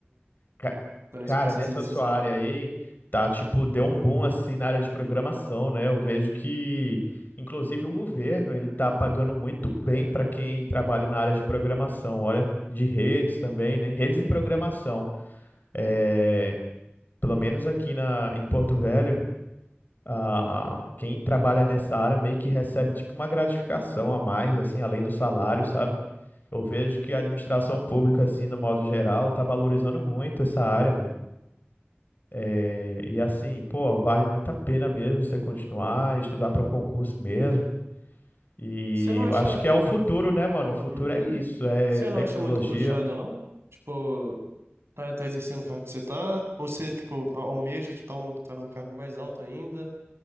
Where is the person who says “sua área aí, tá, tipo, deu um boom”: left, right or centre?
Left